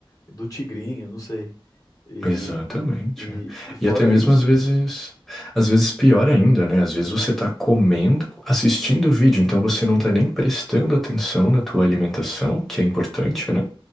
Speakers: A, on the left; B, in the centre.
A: do tigrinho, não sei. E,
B: Exatamente.
A: e, e fora
B: E até mesmo
A: isso,
B: às vezes,
A: né?
B: às vezes pior ainda, né? Às vezes você tá comendo, assistindo o vídeo, então você não tá nem prestando atenção na tua alimentação, que é importante, né?